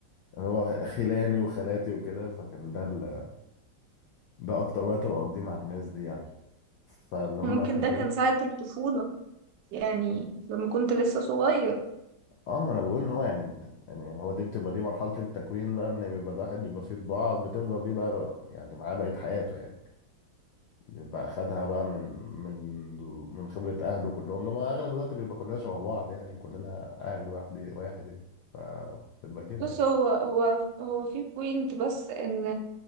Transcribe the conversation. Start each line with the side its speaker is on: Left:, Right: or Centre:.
Left: اللي هو خلاني وخالاتي وكده فكان ده ال... ده اكتر وقت بقضيه مع الناس دي يعني فلما
Right: وممكن
Left: كبرت
Right: ده كان ساعة الطفولة يعني لما كنت لسه صغير
Left: اه ما انا بقول ان هو يعني يعني يعني هو دي بتبقى دي مرحله التكوين بقى ان بيبقى الواحد بيبقى فيه طباع بتفضل بيه بقى يعني معاه بقيه حياته يعني بيبقى خدها بقى من من من خبرة أهله كلهم لما أغلب الوقت بيبقى كلنا شبه بعض يعني كلنا أهل واحد واحد يعني فبتبقى كده
Right: بص
Left: يعني
Right: هو هو هو في بوينت بس ان